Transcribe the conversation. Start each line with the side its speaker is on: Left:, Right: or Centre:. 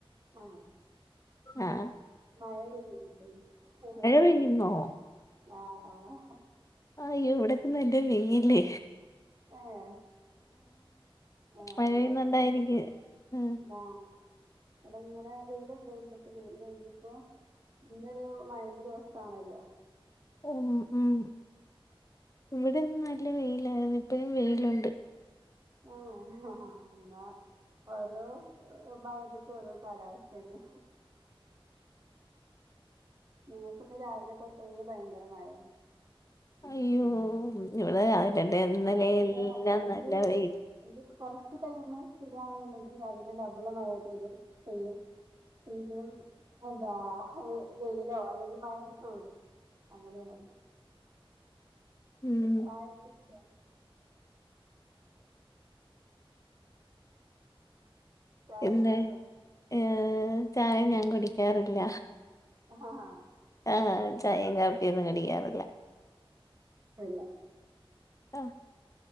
Right: ആണോ
Left: ആഹ്
Right: മഴ പെയ്യ്ണ്ട് അതാ
Left: പെയ്യുന്നോ
Right: ആഹ് ആഹ്
Left: ആയ്യാേ വെടാെക്കെ നല്ല വെയ്ല്
Right: ഏഹ് ആഹ്
Left: മഴ
Right: ഇവിടെപ്പോ
Left: പെയ്യുന്നുണ്ടായിരിക്കും
Right: എങ്ങനെയാ
Left: ഉം
Right: ആഹ് വെടെങ്ങെനെ വെയ്ല്ണ്ടേര്ന്നു ഇപ്പ വെ വെയ്ല്‌പ്പോ ഇന്നൊരു മഴന്റെ ദിവസാണല്ലൊ
Left: ഉം ഉം ഇവിടെന്ന് നല്ല വെയിലായിരുന്നു ഇപ്പഴും വെയിലുണ്ട്
Right: ഏഹ് എന്താ ഓരോ ഭാഗത്ത്ക്കും ഓരോ കാലാവസ്ഥോണ്. ഞങ്ങക്ക്ന്ന് രാവിലെ തൊട്ടേ ഭയങ്കര മഴയാ
Left: അയ്യോ ഇവിടെ രാവിലെ ഇട്ട് ഇന്നലെ
Right: ഭയങ്കര
Left: എല്ലാം
Right: ഒരു
Left: നല്ല വെയില
Right: ഒരു കുറച്ച് ടൈംമ് ഫ്രീയാണെന്നുണ്ടെങ്കില് അതിന്റെ ഡബിള് തരും പെയ്യും പിന്നും എന്താ വെയിലിലൊ അല്ലെങ്കി വയറി <unintelligible> <unintelligible> അങ്ങനെയാണല്ലെ
Left: <unintelligible>
Right: <inaudible>
Left: ഉം
Right: ചായ
Left: എന്തെ
Right: കുടിച്ചോ
Left: ഏ, ചായ ഞാൻ കുടിക്കാറില്ല
Right: ആഹ ഹ ആഹാ
Left: ആഹ ചായയും കാപ്പി ഒന്നും കടിക്കാറില്ല,
Right: ഇല്ല
Left: ആഹ